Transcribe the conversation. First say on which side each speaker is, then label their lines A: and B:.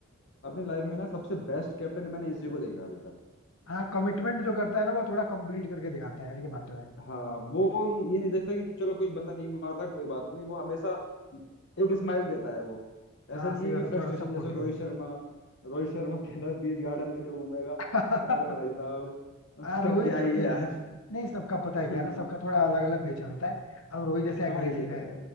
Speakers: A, on the left; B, on the left.
A: अपनी लाइफ में ना सबसे बेस्ट कैप्टन मैंने इसी को देखा अभी तक
B: हाँ कमिटमेंट जो करता है ना वो थोड़ा कंप्लीट करके दिखाता है यार ये बात तो है
A: हाँ वो ये नहीं देखता कि चलो कोई बंदा नहीं मार रहा कोई बात नहीं वो हमेशा एक स्माइल देता है वो
B: हाँ
A: ऐसा नहीं
B: सही
A: है
B: बात
A: कि
B: है
A: फ्रस्ट्रेशन
B: थोड़ा सपोर्टिव
A: जैसे रोहित
B: है
A: शर्मा रोहित शर्मा <laughs> कहता है बीच गार्डन में जो घूमेगा अरे
B: <laughs>
A: भाई साहब
B: हाँ,
A: उसका
B: रोहित
A: क्या ही
B: को ठीक
A: है यार
B: है नहीं सबका पता
A: <laughs>
B: है क्या है ना सबका थोड़ा अलग अलग नेचर होता है अब रोहित जैसे एग्रेसिव
A: हाँ ये तो
B: है
A: है